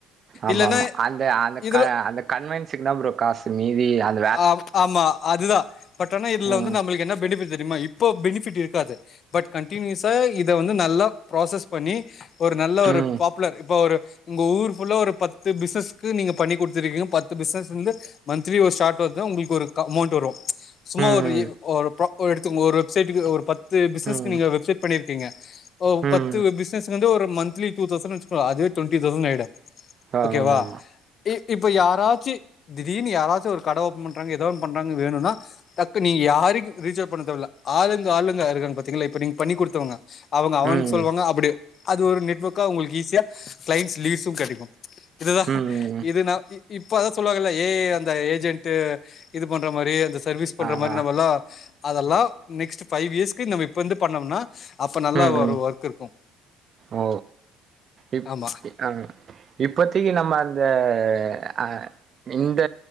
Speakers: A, on the right; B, on the left.
A: ஆமா
B: இல்லன்னா
A: ஆமா அந்த அந்த
B: இதுல
A: க அந்த கன்வென்சுக்கு தா ப்ரோ காசு மீதி அந்
B: ஆ ஆமா அதுதான் பட் ஆனா இதுல
A: ம்
B: வந்து நம்மளுக்கு என்ன பெனிபிட் தெரியுமா இப்போ பெனிஃபிட் இருக்காது பட் கண்டினியூஸா இத வந்து நல்லா ப்ராசஸ் பண்ணி ஒரு நல்ல ஒரு
A: ம்
B: பாப்புலர் இப்ப ஒரு ங்க ஊர்குள்ள ஒரு பத்து பிசிசஸ்க்கு நீங்க பண்ணி குடுத்துருகீங்க பத்து பிஸ்சஸ்லருந்து மந்திளி ஒரு சாட் பதா உங்களுக்கு ஒரு க அமௌண்ட் வரும் சும்மா
A: ம்
B: ஒரு இ பா எடுத்து ஒரு வெப்சைட்டுக்கு ஒரு பத் து பிஸ்னக்கு
A: ம்
B: நீங்க வெப்சைட் பண்ணிருக்கீங்க ஓ
A: ம்
B: பத்து பிஸ்னஸ் வந்து ஒரு மன்த்லி டூதவ்சண்ட் வச்சுக்கோ அதுவே ட்டுவெண்ட்டி தவ்சன் ஆயிடு
A: ஆமாமா.
B: ஒக்கேவா இ இப்ப யாராச்சி திடீர்னு யாராச்சி ஒரு கட ஓபன் பண்றாங்க எதாவ் பண்றாங்க வேணுனா தக்கு நீ யாருக்கு ரீசேர் பண்ண தேவல்ல ஆளுங்க ஆளுங்க ருக்காங்க பாத்தீங்கள இப்ப நீங்க பண்ணி குடுத்தவங்க அவங்க அவனுக்
A: ம்
B: சொல்வாங்க அப்டி அது ஒரு நெட்வொர்க்கா ஒங்ளுக் ஈஸ்யா கிளைண்ட்ஸ் லீவ்ஸு கெடைக்கும் இதுதா
A: ம்
B: இது நா இ இப்ப அதா சொல்லுவாங்கல்ல ஏ ஐ அந்த ஏஜென்ட் ட்டு இது பண்ற மாரி அந்த சர்வீஸ் பண்ற
A: ஆ
B: மாரி
A: ஆ
B: நம்மல்லா அதெல்லா நெக்ஸ்ட் ஃபைவ் இயஸ்க்கு நம்ம இப்பருந்து பண்ணம்னா அப்ப நல்ல
A: ம்
B: ஒரு
A: ம்
B: ஒர்க் இருக்கும்
A: ஓ இப்
B: ஆமா
A: இ அ இப்பத்திக்கு நம்ம அந்த அ இந்த